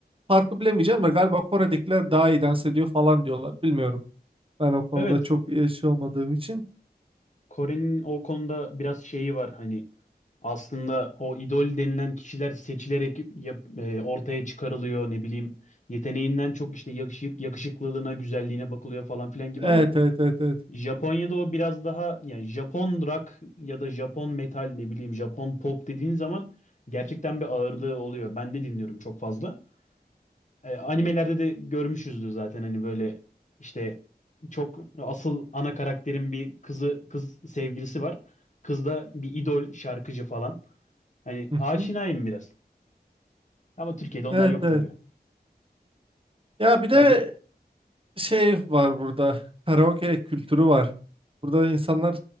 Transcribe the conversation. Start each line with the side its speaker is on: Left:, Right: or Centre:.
Right: farkı bilemeyeceğim de galiba Kore'dekiler daha iyi dans ediyor falan diyorlar. Bilmiyorum. Ben o konuda
Left: Evet,
Right: çok iyi şey olmadığım için.
Left: Kore'nin o konuda biraz şeyi var hani aslında o idol denilen kişiler seçilerek yap- e, ortaya çıkarılıyor ne bileyim yeteneğinden çok işte yakışık, yakışıklılığına, güzelliğine bakılıyor falan filan gibi
Right: Evet
Left: ama
Right: evet evet evet.
Left: Japonya'da o biraz daha yani Japon rock ya da Japon metal ne bileyim Japon pop dediğin zaman gerçekten bir ağırlığı oluyor. Ben de dinliyorum çok fazla. E, animelerde de görmüşüzdür zaten hani böyle işte çok asıl ana karakterin bir kızı kız sevgilisi var. Kız da bir idol şarkıcı falan. Hani
Right: Hı
Left: aşinayım
Right: hı.
Left: biraz. Ama Türkiye'de onlar
Right: Evet
Left: yok
Right: evet.
Left: tabii.
Right: Ya bir de
Left: Ya bir,
Right: şey var burada. Karaoke kültürü var. Burada insanlar